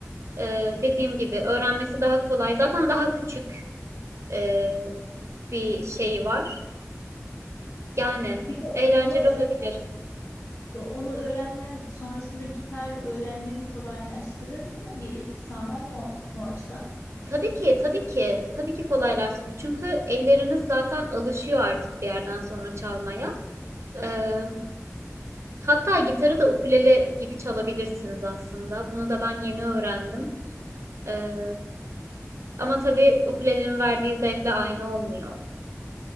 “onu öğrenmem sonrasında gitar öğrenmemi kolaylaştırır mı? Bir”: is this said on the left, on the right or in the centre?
Left